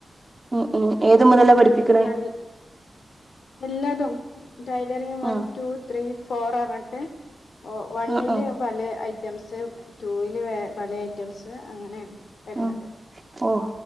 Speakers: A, on the right; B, on the left.
A: ഉം ഉം ഏത് മുതലാ
B: അങ്ങനെ
A: പഠിപ്പിക്കണേ
B: നല്ല നൽ എല്ലാതും ഡയലറിയും വൺ
A: ആഹ്
B: ടു ത്രീ ഫോർ ആ റൺ. ഏ, വണ്ണില്
A: ആഹ് ആഹ്
B: പലേ ഐ ഐറ്റംസ് ടൂവില് പല ഐറ്റംസ് അങ്ങനെയാണ് വരുന്നത്
A: ആഹ് ഓ